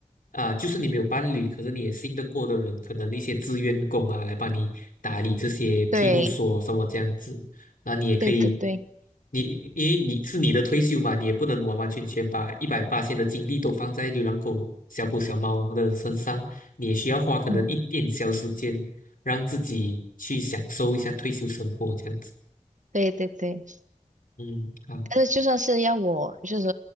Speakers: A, on the left; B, on the right.
A: 啊，就是你没有伴侣，可是你也信得过的人，可能一些志愿工啊，来帮你打理这些庇护所什么这样子，
B: 对，
A: 那你也可以，
B: 对对对，
A: 你因为你是你的退休嘛，你也不能完完全全把一百八千的精力都放在流浪狗、小狗、小猫的身上，你也需要花可能一点小时间，
B: 嗯，
A: 让自己去享受一下退休生活这样子。
B: 对对对。
A: 嗯，好。
B: 但是就算是要我，就是